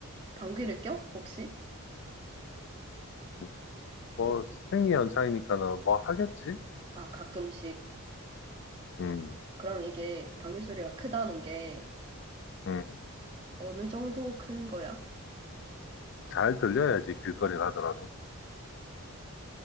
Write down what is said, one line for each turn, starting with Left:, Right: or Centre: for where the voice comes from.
Right: 방귀를 껴? 혹시?
Left: 음. 뭐, 생리현상이니까는 뭐 하겠지?
Right: 아, 가끔씩.
Left: 응,
Right: 그럼 이게 방귀 소리가 크다는 게
Left: 응.
Right: 어느 정도 큰 거야?
Left: 잘 들려야지, 길거리 가더라도.